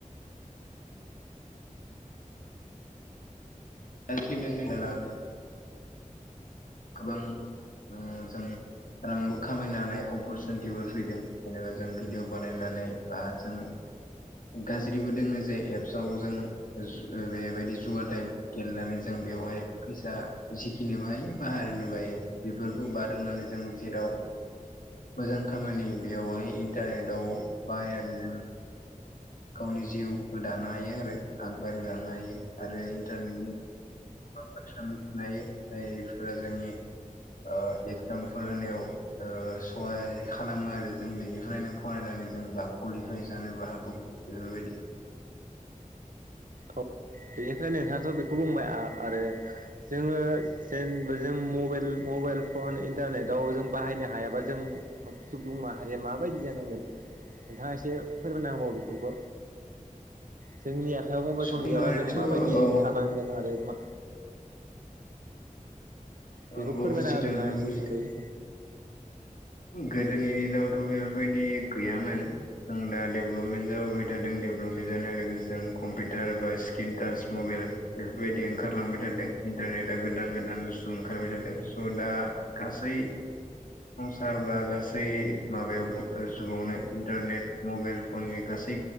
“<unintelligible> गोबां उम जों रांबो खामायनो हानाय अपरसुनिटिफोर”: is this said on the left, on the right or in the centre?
Left